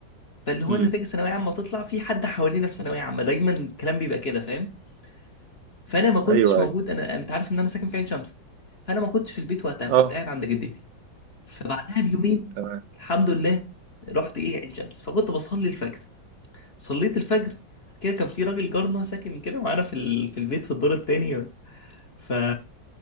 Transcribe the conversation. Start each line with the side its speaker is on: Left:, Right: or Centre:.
Left: فاللي هو
Right: امم
Left: نتائج ثانويه عامه تطلع في حد حوالينا في ثانويه عامه دايما الكلام بيبقى كده فاهم فانا ما كنتش
Right: ايوه
Left: موجود
Right: ايوه
Left: انا انت عارف ان انا ساكن في عين شمس فانا ما كنتش في البيت وقتها كنت
Right: اه
Left: قاعد عند جدتي فبعدها بيومين
Right: تمام
Left: الحمد لله رحت ايه عين شمس فكنت بصلي الفجر صليت الفجر بعد كده كان في راجل جارنا ساكن كده معانا في ال... في البيت في الدور التاني ف